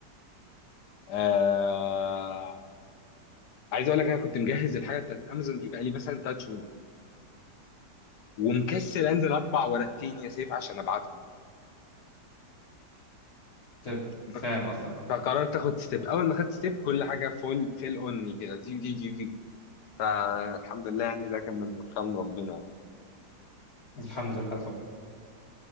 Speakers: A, on the left; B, on the left.
A: آه عايز اقول لك انا كنت مجهز الحاجه بتاعت امازون دي بقالي مثلا ثلاث شهور ومكسل انزل اطبع ورقتين يا سيف عشان ابعتهم
B: طيب،
A: م-
B: فاهم قصدك اه
A: فقررت اخد ستيب اول ما خدت ستيب كل حاجه فول فيل اوني كده دي دي دي دي فالحمد لله يعني ده كان من كرم ربنا يعني
B: الحمد لله طبعا